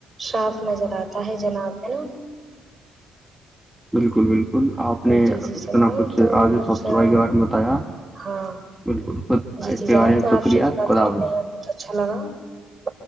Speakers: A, on the right; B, in the centre.
A: صاف نظر آتا ہے جناب ہے نا
B: بالکل بالکل آپ نے
A: جی
B: اتنا
A: جی جناب
B: کچھ
A: تو
B: آج صاف
A: جناب
B: صفائی کے بارے میں بتایا
A: ہاں
B: بالکل خ
A: جی
B: اس
A: جی
B: کے
A: جناب
B: بارے میں
A: تو
B: شکریہ
A: آپ سے بھی بات
B: خدا
A: کر کے
B: حاظ
A: ہمیں بہت اچھا لگا ب